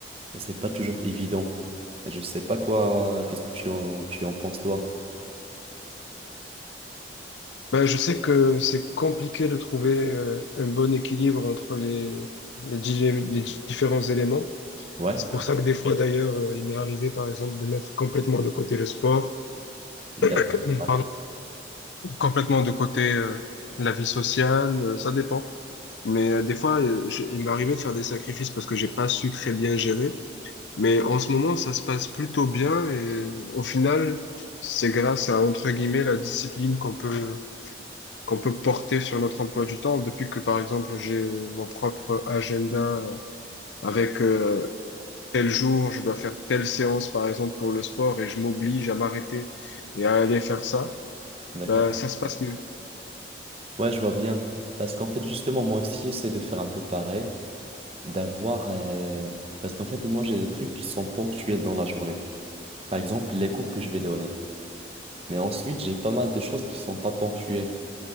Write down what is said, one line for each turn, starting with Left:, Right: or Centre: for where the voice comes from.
Right: Et c'est pas toujours évident. Et je sais pas quoi... Qu'est-ce que tu en, tu en penses, toi?
Left: Ben, je sais que c'est compliqué de trouver euh, un bon équilibre entre les, les, di- les différents éléments.
Right: Ouais?
Left: C'est pour ça que des fois, d'ailleurs, euh, il m'est arrivé, par exemple, de mettre complètement de côté le sport,
Right: D'accord.
Left: <clears throat>
Right: Ouais.
Left: pardon, complètement de côté euh, la vie sociale, euh, ça dépend. Mais euh, des fois, euh, je- il m'est arrivé de faire des sacrifices parce que j'ai pas su très bien gérer. Mais en ce moment, ça se passe plutôt bien et au final, c'est grâce à, entre guillemets, la discipline qu'on peut qu'on peut porter sur notre emploi du temps. Depuis que, par exemple, j'ai mon propre agenda euh, avec euh, tel jour, je dois faire telle séance, par exemple, pour le sport, et je m'oblige à m'arrêter et à aller faire ça,
Right: D'accord.
Left: ben, ça se passe mieux.
Right: Ouais, je vois bien. Parce qu'en fait, justement, moi aussi, j'essaie de faire un peu pareil. d'avoir... euh, Parce qu'en fait, moi, j'ai des trucs qui sont ponctuels dans la journée. Par exemple, les cours que je vais donner. Mais ensuite, j'ai pas mal de choses qui sont pas ponctuelles.